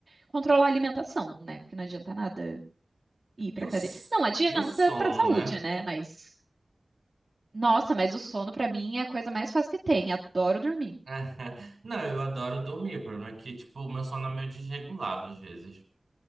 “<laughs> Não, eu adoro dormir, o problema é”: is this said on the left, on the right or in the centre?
Right